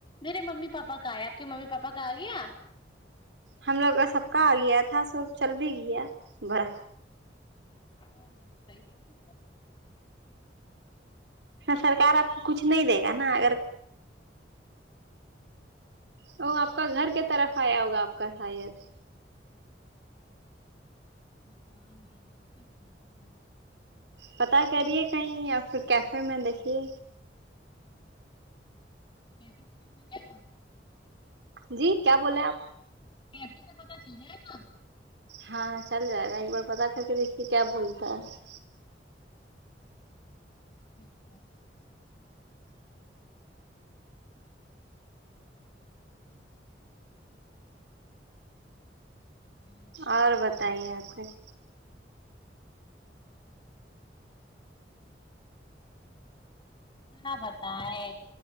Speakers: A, on the left; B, on the right.
A: میرے ممی پاپا کا آیا آپ کے ممی پاپا کا آ گیا
B: ہم لوگ کا سب کا آ گیا تھا سب چل بھی گیا بھائے
A: آ صحیح ہے پھر تو
B: سرکار آپ کو کچھ نہیں دے گا نا اگر وہ آپ کا گھر کی طرف آیا ہوگا آپ کا شاید
A: پتا نہیں <inaudible>
B: پتا کریے کہیں یا پھر کیفے میں دیکھیے
A: <unintelligible>
B: جی کیا بولے آپ
A: کیسے سے پتا چل جائے گا
B: ہاں چل جائے گا ایک بار پتا کر کے دیکھیے کیا بولتا ہے
A: اچھا اچھا ہوں
B: اور بتائیے آپ خیر
A: کیا بتائے